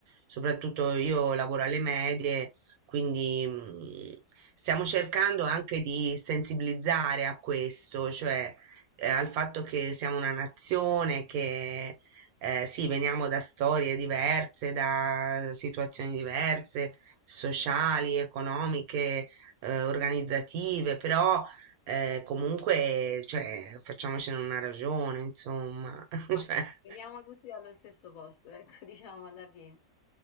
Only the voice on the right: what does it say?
soprattutto io lavoro alle medie, quindi mm, stiamo cercando anche di sensibilizzare a questo, cioè eh, al fatto che siamo una nazione, che eh, sì, veniamo da storie diverse, da situazioni diverse, sociali, economiche, eh, organizzative, però eh, comunque, cioè, facciamocene una ragione, insomma. <laughs>